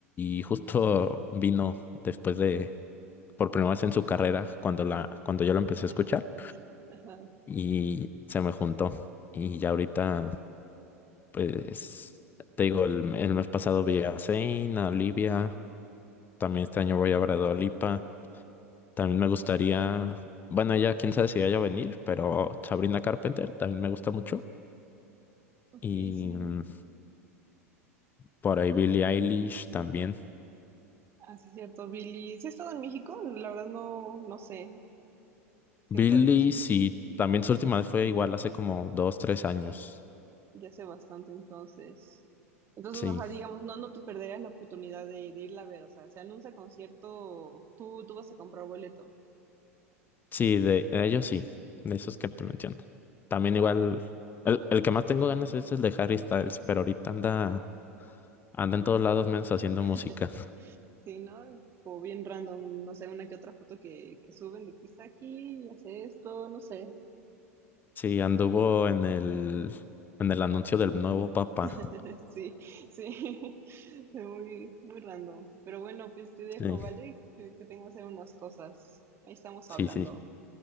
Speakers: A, on the left (about 25°); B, on the right (about 30°).
A: y justo <laughs> vino después de, por primera vez en su carrera, cuando la, cuando yo la empecé
B: <laughs>
A: a escuchar
B: Ajá.
A: y se me juntó. Y ya ahorita, pues, te digo, el, el mes pasado vi a Zayn, a Olivia. También este año voy a ver a Dua Lipa. También me gustaría, bueno, ya quién sabe si vaya a venir, pero Sabrina Carpenter también me gusta mucho.
B: Ok,
A: Y
B: sí.
A: mm, por ahí Billie Eilish también.
B: Ah, sí es cierto, Billy. ¿Sí ha estado en México? La verdad no, no sé. Sí
A: Billie,
B: ha estado,
A: sí, también su
B: sí,
A: última vez fue igual hace como dos, tres años.
B: ya sé bastante, entonces. Entonces,
A: Sí,
B: o sea, digamos, no, no te perderías la oportunidad de, de irla a ver. O sea, se anuncia concierto, tú, tú vas a comprar boleto.
A: sí, de, de ellos sí, de esos que te menciono. También
B: Vale.
A: igual, el, el que más tengo ganas es el de Harry Styles, pero ahorita anda, anda en todos lados menos haciendo
B: <laughs>
A: música.
B: Sí, ¿no? Como bien random, no sé, una que otra foto que, que suben de que está aquí, hace esto, no sé.
A: Sí, anduvo en el, en el anuncio del nuevo Papa.
B: <laughs> Sí, sí, <laughs> muy, muy random. Pero bueno, pues te dejo,
A: Sí.
B: ¿vale? Que, que tengo que hacer unas cosas. Ahí estamos
A: Sí,
B: hablando.
A: sí.